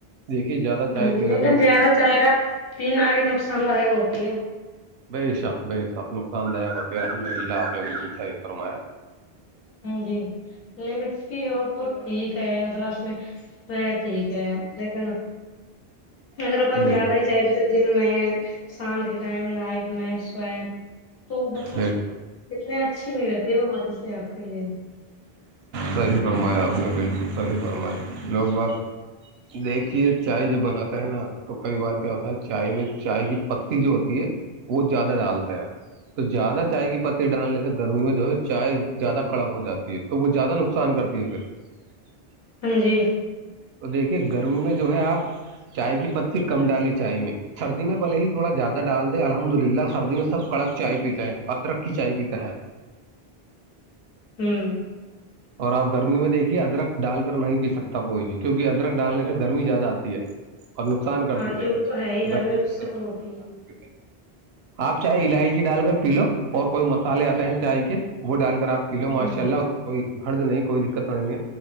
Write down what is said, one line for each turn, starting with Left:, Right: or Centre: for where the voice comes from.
Right: دیکھیے زیادہ چائے
Left: ہاں جی
Right: پینا
Left: لیکن
Right: بھی ہمارا
Left: جیا تو چاہے گا پیین بھی نقصان لاک ہوتی ہے
Right: بے شک بے شک نقصان دایک ہوتی ہے الحمد للہ آپ نے بالک صاہح فرمایا
Left: ہ جی لمٹس کی اور تو ٹھیک ہے مطل اس میں و ٹھیک ہے لیکن اگر اپن
Right: بے
Left: زیاد ہی جب کے دن میں شام کے ٹائم نائٹ میں سو تو مطلب
Right: بے شک
Left: اتنی اچھی نہیں رہتی وہ ہمارے سے آپ کے لیے
Right: صحیح فرمایا آپ نے بالکل صحیح فرمایا لوگ بس دیکھیے چائے جب بناتے نا تو کئی بار کیا ہوتا ہے چائے میں چائے کی پتی جو ہوتی ہے وہ زیادہ ڈالتے ہیں تو زیادہ چائے کی پتی ڈالنے سے گرمی میں جو ہے چائے زیادہ کڑک ہو جاتی ہے تو وہ زیادہ نقصان کرتی ہے پھر ج
Left: ہاں جی
Right: تو دیکھیے گرمی میں جو ہے آپ چائے کی پتی کم ڈالیں چائے میں سردی میں بلے ہی تھوڑا زیادہ ڈال دے الحمد للہ سردی میں سب کڑک چائے پیتے ہیں ادرک کی چائے پیتے ہیں
Left: ہوں
Right: اور آپ گرمی میں دیکھیے ادرک ڈال کر نہیں پی سکتا کوئی بھی کیونکہ ادرک ڈالنے سے گرمی زیادہ آتی ہے اور نقصان کرتی
Left: ہاں جی
Right: ہے
Left: وہ تو ہی
Right: گرمی کے
Left: اس
Right: اندر
Left: سے تو
Right: اگر ادرک
Left: ہوتی
Right: ڈالتے
Left: ہے
Right: آپ چاہے الائچی ڈال کر پی لو اور کوئی مسالے آتے ہیں چائے کے وہ ڈال کر آپ پی لو ماشاء
Left: ہوں
Right: اللہ اس کوئی حرد نہیں کوئی دقت نہیں ہے